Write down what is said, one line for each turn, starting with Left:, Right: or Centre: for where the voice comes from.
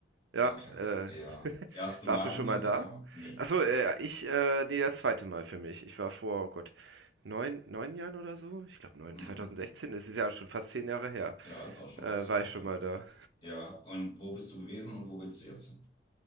Right: Ja,
Left: Okay.
Right: äh,
Left: Ja.
Right: <laughs>
Left: Erste
Right: warst
Left: Mal
Right: du schon
Left: in die
Right: mal
Left: USA?
Right: da?
Left: Nee.
Right: Achso, äh, ich, äh, nee, das zweite Mal für mich. Ich war vor, oh Gott, neun, neun Jahren oder so? Ich glaube neun,
Left: Mhm.
Right: 2016, es ist ja schon fast zehn Jahre her,
Left: Ja, ist auch schon
Right: äh,
Left: was.
Right: war ich
Left: Okay.
Right: schon mal da.
Left: Ja, und wo bist du gewesen und wo willst du jetzt hin?